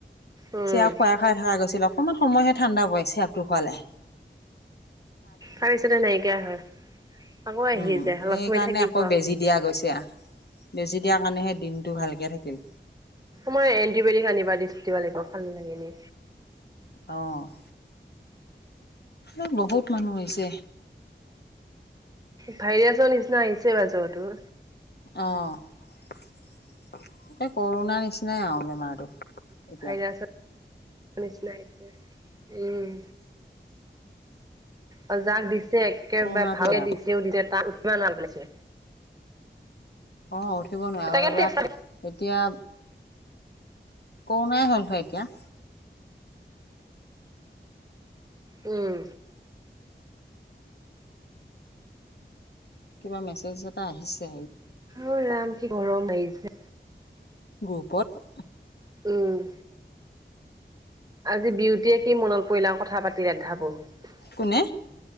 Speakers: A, on the right; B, on the left.
A: উম,
B: চিৰাপ খুৱাই খোৱাই থকা গৈছিলে অকমান সময়হে ঠাণ্ডা পৰে চেৰাপটো খোৱালে।
A: পাৰিছে নে নাই, এতিয়া আকৌ আহি
B: উম
A: যায়
B: সেইকাৰণে
A: অলপ সময় থাকিব
B: দিয়া গৈছে বেজি দিয়াৰ কাৰণেহে দিনটো ভালকে থাকিল।
A: মই এণ্টিবায়টিক আনিবা দিছ দিব লাগিব ভাল লাগে নে
B: অ', এ বহুত মানুহ হৈছে।
A: ভাইৰাছৰ নিচিনা আহিছে এইবাৰ জ্বৰটো
B: অ', এই কৰোণা নিচিনাই আৰু বেমাৰটো। এতিয়া
A: ভাইৰাছৰ নিচিনা আহিছে। উম, অ', যাক দিছ একেবাৰে
B: কৰোণাটোৱে
A: ভালে
B: আৰু
A: দিছেও দিছে তাত উঠা পেলাইছে
B: অ', উঠিব নোৱাৰো
A: তাকে
B: এবাৰ
A: টেষ্ট
B: এতিয়া কৰোণাই হ'ল হয় এতিয়া
A: উম,
B: কিবা মেছেজ এটা আহিছে
A: অ, ৰাম কি গৰম লাগিছে।
B: গ্ৰুপত
A: উম, আজি বিউটিয়ে কি মনত পৰিলে আৰু কথা পাতি <unintelligible>
B: কোনে?